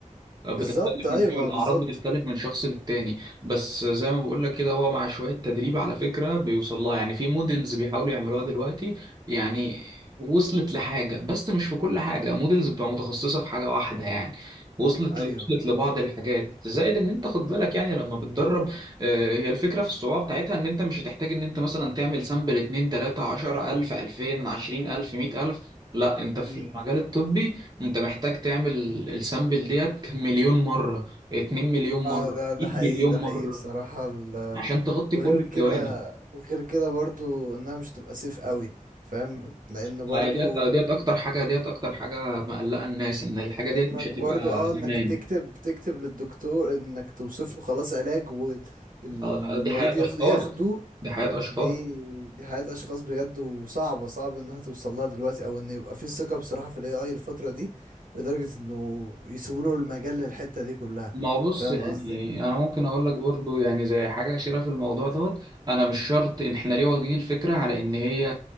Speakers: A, on the right; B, on the right.
A: بتختلف
B: بالظبط ايوه
A: من شغل
B: ما
A: الأعراض
B: بالظبط
A: بتختلف من شخص للتاني بس زي ما بقول لك كده هو مع شوية تدريب على فكرة بيوصل لها يعني في موديلز بيحاولوا يعملوها دلوقتي يعني وصلت لحاجة بس مش في كل حاجة موديلز بتبقى متخصصة في حاجة واحدة يعني وصلت
B: ايوه
A: وصلت لبعض الحاجات زائد ان انت خد بالك يعني لما بتدرب آه، هي الفكرة في الصعوبة بتاعتها ان انت مش هتحتاج ان انت مثلا تعمل سامبل 2 3 10 1000 2000 20000 100000 لا انت في
B: مم.
A: المجال الطبي انت محتاج تعمل السامبل ديت مليون مرة اتنين مليون
B: اه
A: مرة
B: ده ده
A: مية
B: حقيقي
A: مليون
B: ده حقيقي
A: مرة
B: بصراحة
A: عشان تغطي
B: وغير
A: كل الجوانب
B: كده وغير كده برضو انها مش تبقى سيف قوي فاهم لان
A: ما
B: برضو
A: هي ديت ديت اكتر حاجة ديت اكتر حاجة مقلقة الناس ان الحاجة
B: لانك
A: ديت مش هتبقى
B: برضو اه
A: امان
B: انك تكتب تكتب للدكتور انك توصف له خلاص علاج والمريض
A: اه، دي حياة
B: يفضل
A: اشخاص
B: ياخده
A: دي حياة اشخاص
B: دي دي حياة اشخاص بجد وصعبة صعب انها توصل لها دلوقتي او ان يبقى في ثقة بصراحة في الاي اي الفترة دي لدرجة انه يسيبوا له المجال للحتة دي كلها
A: ما هو بص
B: فاهم
A: يعني
B: قصدي
A: انا ممكن اقول لك برضو يعني زي حاجه اخيره في الموضوع دوت انا مش شرط ان احنا ليه واخدين الفكره على ان هي